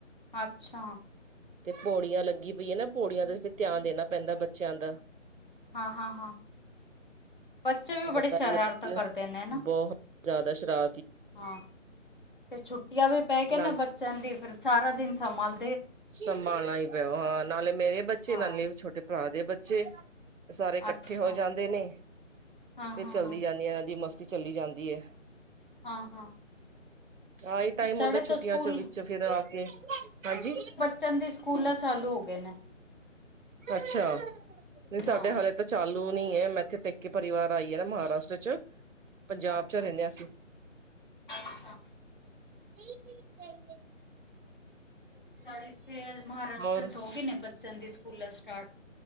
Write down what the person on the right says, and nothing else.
ਤੇ ਪੌੜੀਆਂ ਲੱਗੀ ਪਈਆਂ ਨਾ ਪੌੜੀਆਂ ਦਾ ਫਿਰ ਧਿਆਨ ਦੇਣਾ ਪੈਂਦਾ ਬੱਚਿਆਂ ਦਾ,
ਪਤਾ
ਹੀ ਹੈ ਬੱਚੇ
ਬਹੁਤ ਜ਼ਿਆਦਾ ਸ਼ਰਾ
ਨਾਲ
ਸੰਭਾਲਣਾ ਹੀ ਪੈਓ, ਹਾਂ ਨਾਲੇ ਮੇਰੇ ਬੱਚੇ
ਨਾਲੇ ਛੋਟੇ ਭਰਾ ਦੇ ਬੱਚੇ ਸਾਰੇ ਇਕੱਠੇ
ਹੋ ਜਾਂਦੇ ਨੇ,
ਫੇਰ
ਚੱਲਦੀ
ਜਾਂਦੀਆਂ ਇਹ ਦੀ ਮਸਤੀ ਚੱਲੀ ਜਾਂਦੀ। ਦੀਏ,
ਆਹ ਹੀ ਟਾਈਮ
ਹੁੰਦਾ ਛੁੱਟੀਆਂ
ਚ ਵਿੱਚ ਫੇਰ ਆ ਕੇ ਹਾਂਜੀ।
ਅੱਛਾ ਨਹੀਂ ਸਾਡੇ
ਹਾਲੇ ਤਾਂ ਚਾਲੂ ਨੀ ਮੈਂ ਇੱਥੇ ਪੇਕੇ ਪਰਿਵਾਰ ਆਈ ਹੈ ਨਾ ਮਹਾਰਾਸ਼ਟਰ ਚ ਪੰਜਾਬ
ਚ ਰਹਿੰਦੇ ਹ ਅਸੀ
<unintelligible>
ਹੋਰ